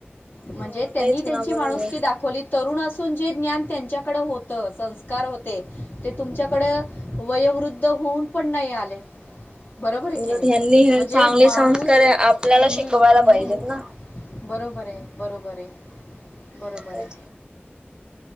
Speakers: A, on the left; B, on the right.
A: म्हणजे
B: हो
A: त्यांनी
B: तेच
A: त्यांची
B: ना बरोबर
A: माणूस की दाखवली. तरुण असून जे ज्ञान त्यांच्याकडे होतं संस्कार होत. ते तुमच्याकड वयोवृद्ध होऊन पण नाही आले. बरोबर आहे
B: उलट
A: की नाही
B: ह्यांनी ह्याच
A: म्हणजे माणूस
B: कार्य आपल्याला
A: हम्म हम्म.
B: पाहिजेत ना
A: बरोबर आहे बरोबर आहे बरोबर
B: तेच
A: आहे.
B: ना